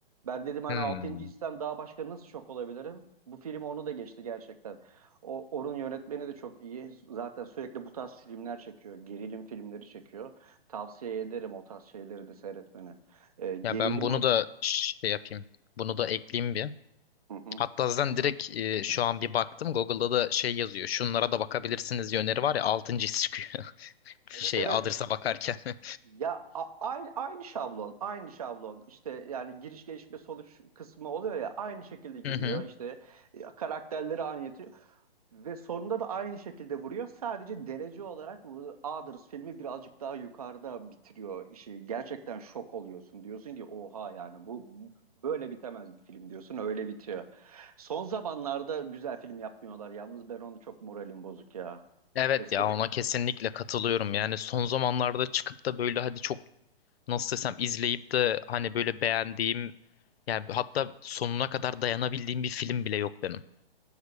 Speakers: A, on the right; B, on the left.
A: Ben dedim hani
B: Hmm.
A: altıncı histen daha başka nasıl şok olabilirim? Bu film onu da geçti gerçekten. O, onun yönetmeni de çok iyi. Zaten sürekli bu tarz filmler çekiyor. Gerilim filmleri çekiyor. Tavsiye ederim o tarz şeyleri de seyretmeni. Ee, gerilim
B: Ya ben bunu
A: o.
B: da şey yapayım. Bunu da ekleyeyim bir.
A: Hı hı.
B: Hatta zaten direkt e, şu an bir baktım. Google'da da şey yazıyor. Şunlara da bakabilirsiniz diye öneri var ya. Altıncı his çıkıyor. <laughs>
A: Evet
B: Şey
A: evet
B: Others'a bakarken. <laughs>
A: Ya a- aynı, aynı şablon, aynı şablon. İşte yani giriş gelişme sonuç kısmı oluyor ya aynı şekilde giriyor.
B: Hı hı.
A: İşte e, karakterleri anlatıyor ve sonunda da aynı şekilde vuruyor. Sadece derece olarak bu Others filmi birazcık daha yukarıda bitiriyor işi. Gerçekten şok oluyorsun. Diyorsun ki oha yani bu böyle bitemez bir film diyorsun. Öyle bitiyor. Son zamanlarda güzel film yapmıyorlar yalnız ben onu çok moralim bozuk ya.
B: Evet
A: Eskide
B: ya ona kesinlikle katılıyorum. Yani son zamanlarda çıkıp da böyle hadi çok nasıl desem izleyip de hani böyle beğendiğim yani hatta sonuna kadar dayanabildiğim bir film bile yok benim.